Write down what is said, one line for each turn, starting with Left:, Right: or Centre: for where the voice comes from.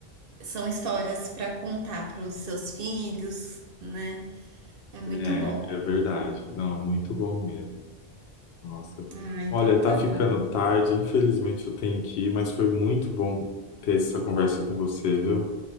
Right: e são histórias pra contar pros seus filhos, né? É muito
Left: é,
Right: bom.
Left: é verdade. Não, muito bom mesmo. Nossa.
Right: Ah, então
Left: Olha, tá
Right: tá
Left: ficando
Right: bom.
Left: tarde, infelizmente eu tenho que ir, mas foi muito bom ter essa conversa com você, viu?